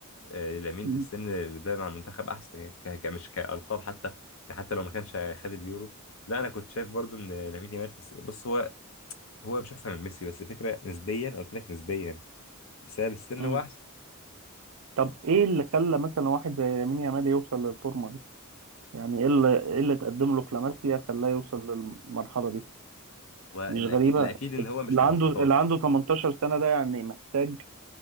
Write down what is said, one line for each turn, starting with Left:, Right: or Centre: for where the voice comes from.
Left: آه، لامين
Right: مم.
Left: في السن اللي ده مع المنتخب احسن يعني ك- ك- مش كالقاب حتى يعني حتى لو ما كانش خد اليورو لا انا كنت شايف برضو ان لامين يامال في السن بص هو هو مش احسن من ميسي بس الفكره نسبيا قلت لك نسبيا بسبب السن
Right: مم.
Left: هو احسن
Right: طب ايه اللي خلى مثلا واحد زي يمين يامال يوصل للفورمه دي يعني ايه اللي ايه اللي تقدم له كلاماسيا خلاه يوصل للمرحله دي
Left: هو
Right: مش
Left: الاكيد
Right: غريبه
Left: الاكيد ان هو مش
Right: اللي عنده
Left: منشطات
Right: اللي عنده 18 سنه ده يعني محتاج